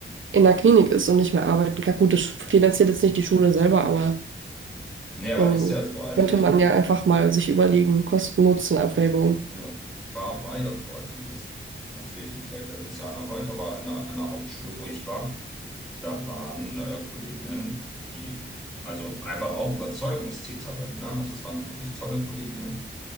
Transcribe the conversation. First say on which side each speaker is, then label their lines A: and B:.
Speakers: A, on the right (about 80°); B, in the centre.
A: in der Klinik ist und nicht mehr arbeiten kann. Gut, das finanziert jetzt nicht die Schule selber, aber
B: Nee, aber
A: ähm,
B: ist ja so, also
A: könnte
B: ich
A: man
B: bin,
A: ja einfach mal sich überlegen, Kosten-Nutzen-Abwägung.
B: ja, war, war ja so, also das natürlich im Feld der sozialen Arbeit, aber an der, an der Hauptschule, wo ich war, Da waren äh, Kolleginnen, die, also einfach auch Überzeugungstäterinnen, ne? Also es waren wirklich tolle Kolleginnen,